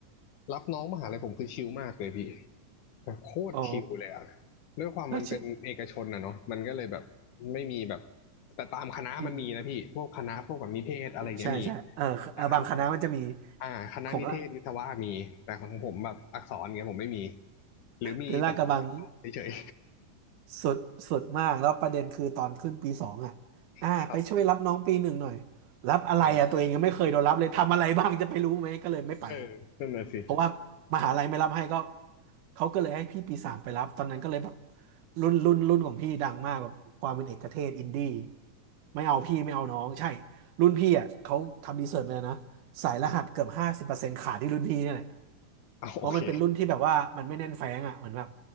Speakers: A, on the left; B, on the right.
A: รับน้องมหาลัยผมคือชิลมากเลยพี่แบบโคตรชิลเลยอะ
B: <laughs> โอ้
A: ด้วยความมันเป็นเอกชนนะเนาะมันก็เลยแบบ
B: แล้วชื่อ
A: ไม่มีแบบแต่ตามคณะมันมีนะพี่
B: อืม
A: พวกคณะพวกแบบนิเทศอะไรเงี้ยมี
B: ใช่ใช่เออเออบางคณะมันจะมี
A: แต่คณะอย่างอ่าคณะนิเทศวิศวะมีแต่ของผมแบบอักษรเงี้ยผมไม่มี
B: ของละ
A: หรือมีแต่ผมไม่ได้เข้าเฉย
B: คือลาดกระบัง สุดสุดมากแล้วประเด็นคือตอนขึ้นปีสองอ่ะอ่าไปช่วยรับน้องปีหนึ่งหน่อย
A: ๆ <laughs> ครับ
B: รับอะไรอ่ะตัวเองยังไม่เคยโดนรับเลยทำอะไรบ้างจะไปรู้ไหมก็เลยไม่ไป
A: อ่าเออนั่นน่ะสิ
B: เพราะว่ามหาลัยไม่รับให้ก็เขาก็เลยให้พี่ปีสามไปรับตอนนั้นก็เลยแบบรุ่นรุ่นรุ่นของพี่ดังมากแบบความเป็นเอกเทศอินดี้ไม่เอาพี่ไม่เอาน้องใช่รุ่นพี่อ่ะเขาทำรีเสิร์ชมาเลยนะสายรหัสเกือบห้าสิบเปอร์เซ็นต์ขาดที่รุ่นพี่เนี่ยแหละ
A: เอาโอเค
B: เพราะมันเป็นรุ่นที่แบบว่ามันไม่แน่นแฟ้งอ่ะเหมือนแบบ